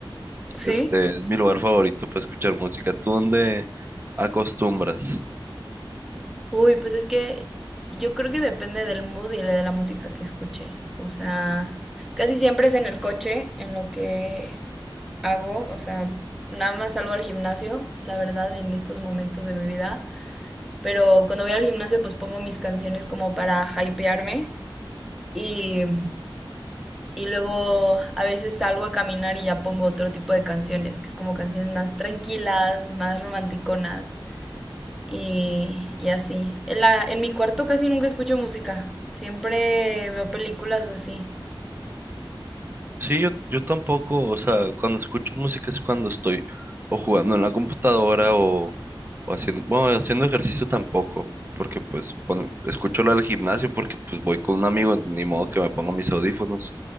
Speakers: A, in the centre; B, on the right (about 25°).
A: ¿Sí?
B: Este, es mi lugar favorito para escuchar música. ¿Tú dónde acostumbras?
A: Uy, pues es que yo creo que depende del mood y de la música que escuche. O sea, casi siempre es en el coche en lo que hago. O sea, nada más salgo al gimnasio, la verdad, en estos momentos de mi vida. Pero cuando voy al gimnasio, pues pongo mis canciones como para hypearme. Y, y luego a veces salgo a caminar y ya pongo otro tipo de canciones, que es como canciones más tranquilas, más romanticonas y, y así. En la, en mi cuarto casi nunca escucho música. Siempre veo películas o así.
B: Sí, yo, yo tampoco, o sea, cuando escucho música es cuando estoy o jugando en la computadora o, o haciendo, bueno, haciendo ejercicio tampoco, porque pues pon- escucho la del gimnasio porque pues voy con un amigo, ni modo que me ponga mis audífonos.